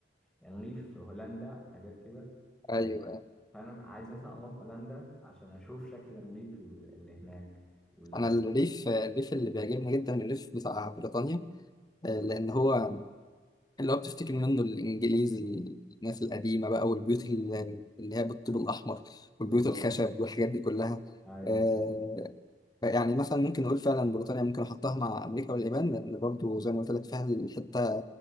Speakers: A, in the centre; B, on the left.
A: انريف في هولندا وحاجات كده
B: ايوه
A: ف- فانا عايز مثلا اروح هولندا عشان اشوف شكل الريف ال- اللي هناك وال-
B: انا الريف الريف اللي بيعجبني جدا الريف بتاع بريطانيا آه، لان هو اللي هو بتفتكر منه الانجليز الناس القديمه بقى والبيوت ال- اللي هي بالطوب الاحمر والبيوت
A: بالظبط
B: الخشب والحاجات دي كلها
A: أيوة.
B: آه، يعني مثلا ممكن نقول فعلا بريطانيا ممكن احطها مع امريكا واليابان لان برضو زي ما قلت لك فيها الحته